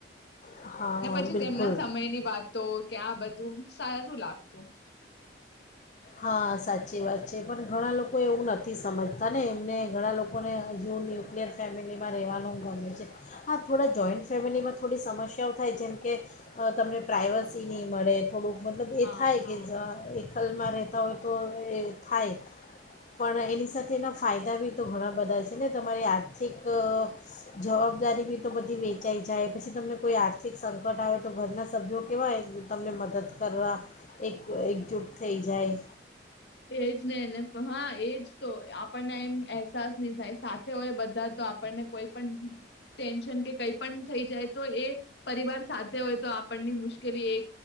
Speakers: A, on the left; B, on the left.
A: હા
B: ને પછી
A: બિલકુલ
B: તેમના સમયની વાતો કે આ બધું સારું લાગતું. તો
A: હા સાચી વાત છે, પણ ઘણા લોકો એવું નથી સમજતા ને એમને ઘણા લોકોને હજી ન્યુક્લિયર ફેમિલીમાં રહેવાનું ગમે છે, હા થોડા જોઈન્ટ ફેમિલીમાં થોડી સમસ્યાઓ થાય જેમ, કે તમને પ્રઇવસી નહીં મળે. થોડુંક મતલબ
B: હા
A: થાય કે કાલ મારે. હોય તો એ થાય પણ એની સાથે એના ફાયદા બી તો ઘણા બધા છે ને તમારી આર્થિક જવાબદારી બી તો બધી વેચાઈ જાય પછી તમને કોઈ આર્થિક સંકટ આવે તો ઘરના સભ્યો કેહેવાય તમને મદદ કરવા એક એકજૂટ થઈ જાય.
B: એજ નેને હા એજ તો આપણને એમ અહેસાસ નહી થાય સાથે હોય બધા તો આપણને કોઈ પણ ટેન્શન કે કઈ પણ થઈ જાય તો એ પરિવાર સાથે હોય તો આપણની મુશ્કેલી એ